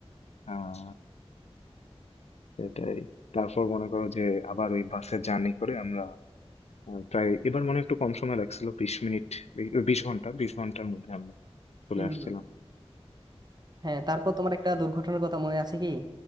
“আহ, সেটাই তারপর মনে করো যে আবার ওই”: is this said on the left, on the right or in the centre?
Left